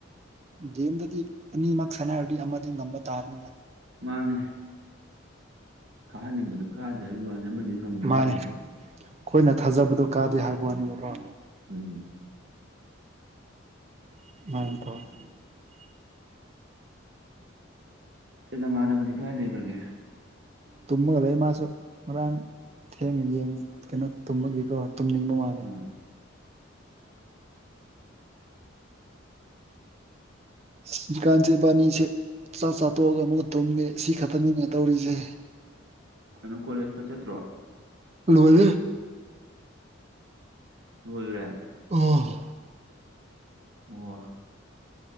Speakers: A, on the right (about 30°); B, on the right (about 60°).
A: ꯒꯦꯝꯗꯗꯤ ꯑꯅꯤꯃꯛ ꯁꯥꯟꯅꯔꯗꯤ ꯑꯃꯗꯤ ꯉꯝꯕ ꯇꯥꯕꯅꯤꯅ
B: ꯃꯥꯅꯦ ꯀꯥꯍꯟꯅꯤꯡꯕꯗꯨ ꯀꯥꯗꯦ ꯍꯥꯏꯕ ꯋꯥꯅꯦ ꯑꯃꯗꯤ ꯑꯗꯨꯝ ꯉꯝꯗꯧ
A: ꯃꯥꯅꯦ
B: ꯂꯩꯔꯕꯅꯦ
A: ꯑꯩꯈꯣꯏꯅ ꯊꯥꯖꯕꯗꯣ ꯀꯥꯗꯦ ꯍꯥꯏꯕ ꯋꯥꯅꯦꯕꯀꯣ
B: ꯎꯝ
A: <unintelligible>
B: ꯀꯩ ꯅꯃꯥꯟꯅꯕꯗꯤ ꯀꯥꯏ ꯂꯩꯈꯒꯦ
A: ꯇꯨꯝꯃꯒ ꯂꯩ ꯃꯥꯁꯨ ꯉꯔꯥꯡ ꯊꯦꯡꯅ ꯌꯦꯡ ꯀꯩꯅꯣ ꯇꯨꯝꯃꯒꯀꯣ ꯇꯨꯝꯅꯤꯡꯕ ꯃꯥꯜꯂꯦ
B: ꯑꯥ
A: ꯍꯧꯖꯤꯛꯀꯥꯟꯁꯦ ꯏꯕꯥꯅꯤꯁꯦ ꯆꯥꯛ ꯆꯥ ꯇꯣꯛꯑꯒ ꯑꯃꯨꯛꯀ ꯊꯨꯝꯃꯦ ꯁꯤ ꯈꯛꯇꯅꯤꯅꯦ ꯇꯧꯔꯤꯁꯦ
B: ꯀꯩꯅꯣ ꯀꯣꯂꯦꯖ ꯀꯥ ꯆꯠꯇ꯭ꯔꯣ
A: ꯂꯣꯏꯅꯦ
B: ꯂꯣꯏꯒ꯭ꯔꯦ
A: ꯑꯥ
B: ꯋꯥ <unintelligible>